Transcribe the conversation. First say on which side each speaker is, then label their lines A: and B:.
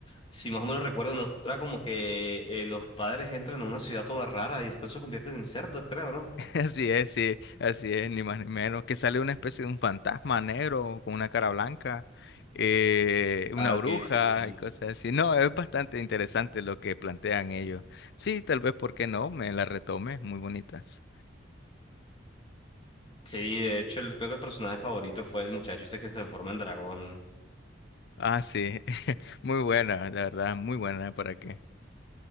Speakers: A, on the left; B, on the left.
A: Si más o menos recuerdo, no era como que eh, los padres entran a una ciudad toda rara y después se convierten en cerdos, creo, ¿no?
B: <laughs> Así es, sí, así es, ni más ni menos. Que sale una especie de un fantasma negro con una cara blanca, eh, una
A: Ah,
B: bruja
A: que sí, sí.
B: y cosas así. No, es bastante interesante lo que plantean ellos. Sí, tal vez, ¿por qué no? Me la retome, muy bonitas.
A: Sí, de hecho, el- creo que el personaje favorito fue el muchacho este que se transforma en dragón.
B: Ah, sí, <laughs> muy buena, la verdad, muy buena, ¿para qué?